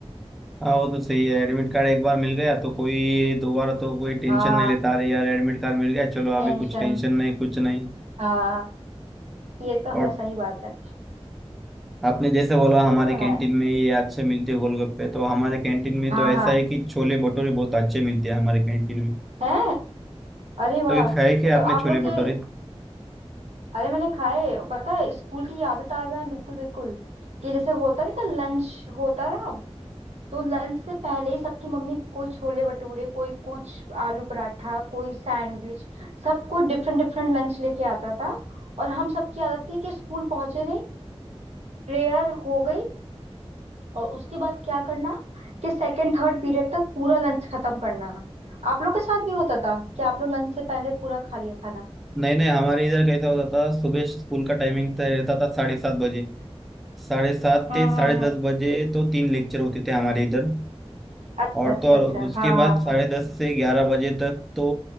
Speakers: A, in the centre; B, on the right.
A: हाँ वो तो सही है एडमिट कार्ड एक बार मिल गया तो कोई दोबारा तो कोई टेंशन
B: हाँ
A: नहीं लेता अरे यार एडमिट कार्ड मिल गया चलो अभी
B: टेंशन
A: कुछ टेंशन नहीं कुछ नहीं
B: हाँ ये तो
A: और
B: है सही बात है
A: आपने जैसे बोला
B: ये
A: हमारे
B: तो
A: कैंटीन
B: है
A: में ये अच्छे मिलते हैं गोलगप्पे तो हमारे कैंटीन में
B: हाँ
A: तो ऐसा
B: हाँ
A: है कि छोले भटूरे बहुत अच्छे मिलते हैं हमारे कैंटीन में
B: है अरे वाह
A: तो ये खाए क्या
B: तो
A: आपने
B: आप
A: छोले
B: लोग के
A: भटूरे
B: अरे मैंने खाए पता है स्कूल की यादें ताजा हैं बिल्कुल बिल्कुल कि जैसे होता नहीं था लंच होता था तो लंच से पहले ही सबकी मम्मी कोई छोले भटूरे कोई कुछ आलू पराठा कोई सैंडविच सब कोई डिफरेंट डिफरेंट लंच लेके आता था और हम सबकी आदत थी कि स्कूल पहुंचे नहीं प्रेयर हो गई और उसके बाद क्या करना कि सेकंड थर्ड पीरियड तक पूरा लंच खत्म करना आप लोग के साथ भी होता था कि आप लोग लंच से पहले पूरा खा लिया खाना
A: नहीं नहीं हमारे इधर कैसा होता था सुबह स्कूल का टाइमिंग तय रहता था साढ़े सात बजे साढ़े सात
B: हम्म
A: से साढ़े
B: हम्म हम्म
A: दस बजे तो तीन लेक्चर होते थे हमारे इधर
B: अच्छा
A: और
B: अच्छा
A: तो और
B: अच्छा
A: उसके
B: हाँ
A: बाद
B: हाँ
A: साढ़े
B: हाँ
A: दस से ग्यारह बजे तक तो